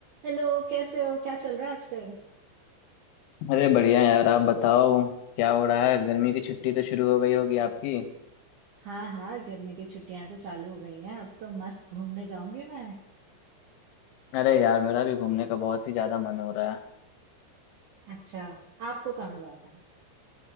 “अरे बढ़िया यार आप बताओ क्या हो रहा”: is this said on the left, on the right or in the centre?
Left